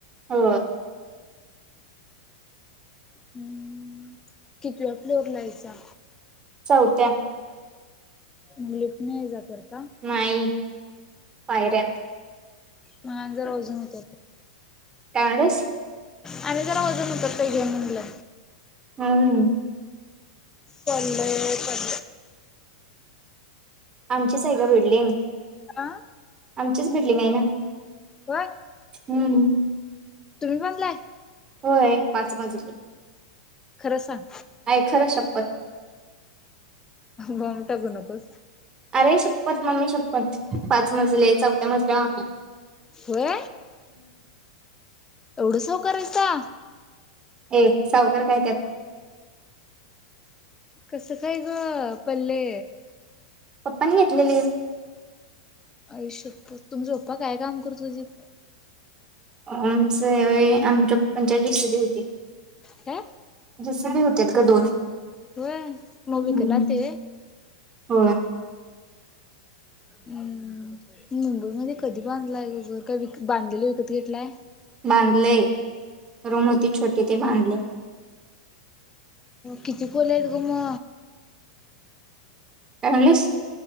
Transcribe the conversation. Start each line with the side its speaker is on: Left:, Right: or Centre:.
Right: हो
Left: हम् कतीला आप्लोर लायचा
Right: चौथ्या
Left: मुगलत नाही जा करते
Right: नाही पायर्या
Left: मगन जर अजून येतो
Right: कागच
Left: आणि जरा वजन होतात पाहिजे म्हणलं
Right: हम् हम्म
Left: पण प
Right: आमचीच आहे का बिल्डिंग
Left: अ
Right: आमचीच बिल्डिंग आहे ना
Left: का
Right: हम्म
Left: तुम्ही म्हणलाय
Right: होय पाच मजरी
Left: खरं सांग
Right: आहे खरं शपथ
Left: बॉमब टाघू नकोस
Right: अरे शप्पत मम्मी शप्पत पाच मजले चौथ्या मजले मम्मी
Left: होय एवढं सवकारयता
Right: ए सावकर काय त्यात
Left: कस काय ग पल्ले
Right: पप्पानी घेतलेली
Left: आयुष्यात तुमचपप्पा काय काम करत होते
Right: आमच हे व्हयं आमच्या पंच्याची सदी होती <unintelligible>
Left: काय
Right: जेसीबी होतेत ग दोन
Left: होय म
Right: हम्म
Left: वीकला ते?
Right: होय
Left: हं मुंबई मध्ये कधी बांधलाय ग घर काय विक बांधलेल विकत घेतलाय.
Right: बांधलेय रूम होती छोटी ते बांधले
Left: किती खोल्या आहेत ग म?
Right: काय म्हणलीस?